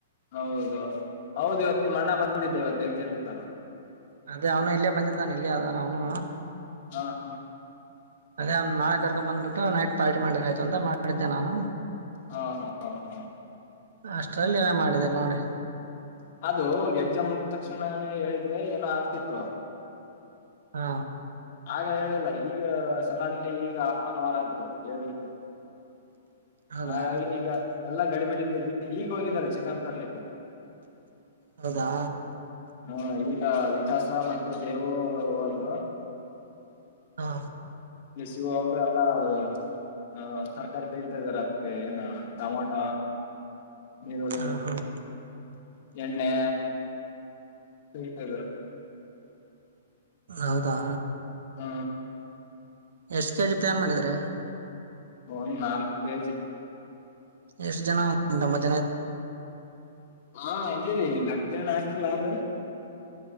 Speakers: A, on the left (about 45°); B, on the right (about 75°).
A: ಹೌದೌದು ಹೌದು ಇವತ್ತು ನಿಮ್ ಹಣ್ಣ ಬಂದಿದ ಇವತ್ ಎಕ್ಸಾಮ್ ಇತ್ತಲ.
B: ಅದೇ ಅವ್ನು ಇಲ್ಲೇ ಬಂದಿದ್ದಾನ ಇಲ್ಲಿ ಅದನ ಅವ್ನು
A: ಹಾ ಹಾ
B: ಅದೇ ನಾಳೆ ಕರ್ಕೊಂಡು ಬಂದ್ಬಿಟ್ಟು ನೈಟ್ ಪಾರ್ಟಿ ಮಾಡಿದ್ರ ಆಯ್ತು ಅಂತ ಮಾಡಿದ್ದೆ ನಾನು.
A: ಹಾ ಹಾ ಹ ಹಾ
B: ಅಷ್ಟ್ರಲ್ಲಿ ನೀವೇ ಮಾಡಿದ್ರಿ ನೋಡಿ.
A: ಅದು ಎಜ್ಜಾಮುಗಡ್ ತಕ್ಷಣಾನೇ ಹೇಳಿದ್ರೆ ಏನೋ ಆಗ್ತಿತ್ತು.
B: ಹಾ
A: ಆಗ ಹೇಳಿಲ್ಲ ಈಗ ಸಡನ್ಲಿ ಈಗ ಹಾಫ್ ಆನ್ ಅವರ್ ಆಯ್ತು ಹೇಳ್ಬಿಟ್ಟು.
B: ಹೌದಾ
A: ಹಾಗಾಗಿ ಈಗ ಎಲ್ಲಾ ಗಡಿಬಿಡಿ ಗಡಿ ಈಗ ಹೋಗಿದರೆ ಚಿಕನ್ ತರ್ಲಿಕ್ಕೆ.
B: ಹೌದಾ
A: ಹಾ ಇಲ್ಲ ವಿಕಾಸ್. ಸಮ ಮತ್ತೆ ದೇವು ಹೋದ್ರು.
B: ಹಾ
A: ನಿಸ ಅವರು. ಎಲ್ಲ ಆದ್ರನು. ಹ ತರ್ಕಾರಿ ಕೈಸ ಇದ್ದಾರೆ ಅದಕ್ಕೆ ಏನ ಟಮೊಟ. ನೀರುಳ್ಳಿ
B: ಹಾ ಹಾ
A: ಎಣ್ಣೆ. ತಗಿತಾ ಇದ್ದಾರ.
B: ಹೌದಾ.
A: ಆ,
B: ಎಷ್ಟ್ ಕೆ ಜಿ ಪ್ಲಾನ್ ಮಾಡಿದ್ರ.
A: ಒಂದ್ ನಾಲ್ಕು ಕೆ ಜಿ.
B: ಎಷ್ಟು ಜನ ಉಂಟ ಮತ್ತೆ.
A: ಹಾ ಇದಿವಿ ಲೆಕ್ಕೆನ ಆ ಆದ್ರೆ.